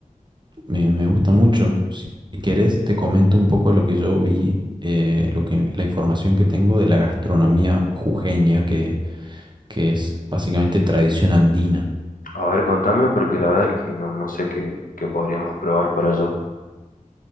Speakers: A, on the right; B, on the left.
A: Me, me gusta mucho. Si quieres te comento un poco lo que yo vi, eh, lo que, la información que tengo de la gastronomía jujeña, que, que es básicamente tradición andina.
B: A ver, contame, porque la verdad es que no, no sé qué, qué podríamos probar para allá.